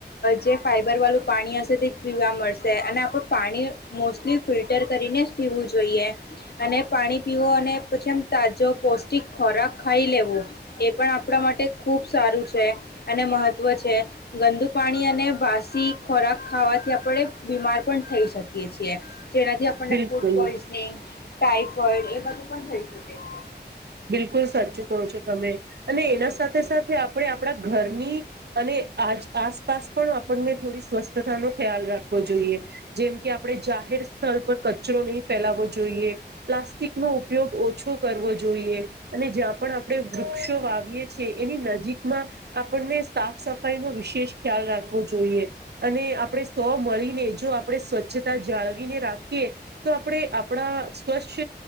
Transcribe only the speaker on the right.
બિલકુલ
બિલકુલ સાચું કહો છો તમે, અને એના સાથે સાથે આપણે આપણા ઘરની અને આજ આસપાસ પણ આપને થોડી સ્વસ્થતા નો ખ્યાલ રાખવો જોઈએ, જેમ કે આપણે ચા જાહેર સ્થળ પર કચરો નહી ફેલાવવો જોઈએ, પ્લાસ્ટિક નો ઉપયોગ ઓછો કરવો જોઈએ. જોઈએ. અને જ્યાં પણ આપણે વૃક્ષો વાવીએ છીએ, એની નજીકમાં આપણને સાફ સફાઈ નો વિશેષ ખ્યાલ રાખવો જોઈએ, અને આપણે સૌ મળીને જો આપણે સ્વચ્છતા જાળવીને રાખીએ, તો આપણે આપણા સ્વચ્છ